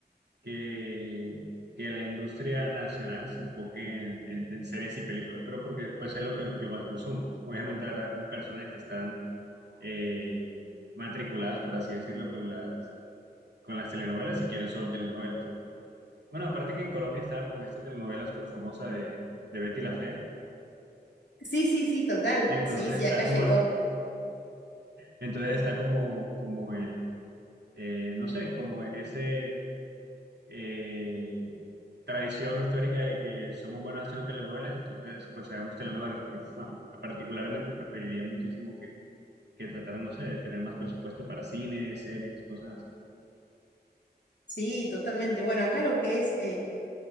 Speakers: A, on the right; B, on the left.
A: que, que la industria nacional se enfoque en, en- en series y películas, pero porque pues es lo que yo más consumo. Obviamente habrá personas que están eh, matriculadas, por así decirlo, con las, con las telenovelas y quieren solo telenovelas. Bueno, aparte que en Colombia estaba como que esta telenovela súper famosa de, de Betty la Fea,
B: Sí, sí, sí, total.
A: entonces
B: Sí, sí,
A: está
B: acá
A: como,
B: llegó.
A: el- entonces está como, como el, eh, no sé, como ese... eh, tradición histórica de que somos buenos haciendo telenovelas, entonces pues hagamos telenovelas, pero <laughs> bueno, particularmente preferiría muchísimo que, que trataran, no sé, de tener más presupuesto para cine, series, cosas así.
B: Sí, totalmente. Bueno, acá lo que es